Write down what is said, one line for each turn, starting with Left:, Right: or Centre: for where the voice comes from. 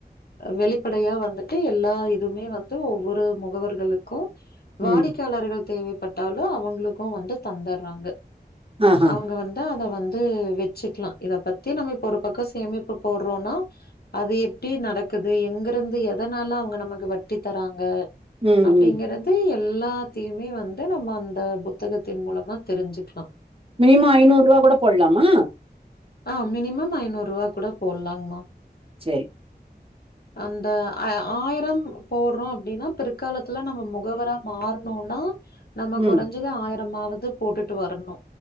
Left: வெளிப்படையா வந்துட்டு எல்லா இதுமே வந்து ஒவ்வொரு முகவர்களுக் க்கு வாடிக்கையாளர்கள்
Right: ம்
Left: தேவைப்பட்டாலு அவங்களுக்கு வந்து தந்துறாங்க
Right: ஆஹா
Left: அவங்க வந்து அது வந்து வச்சுக்லா இத பத்தி நம்ம இப்ப ஒரு பக்கொ சேமிப்பு போட்றோன்னா அது எப்டி நடக்குது எங்க ருந்து எதனால அவங்க நமக்கு வட்டி தறாங்க
Right: ம்
Left: அப்டிங்கறது
Right: ம்
Left: எல்லாத்தையுமே வந்து நம்ம அந்த புத்தகத்தின் மூலமா தெரிஞ்சுக் க்ளா
Right: மினிமொ ஐநூ ரூவா கூட போட்லாமா
Left: அ மினிமம் ஐநூருவா கூட போட்லாங்மா
Right: சேரி
Left: அந்த ஆ ஆய்ரம் போட்ரோ அப்டின்னா பிற்காலத்துல நம்ம முகவரா மாறனுனா நம்ம
Right: ம்
Left: கொறஞ்சது ஆயிரமாவது போட்டுட்டு வரனு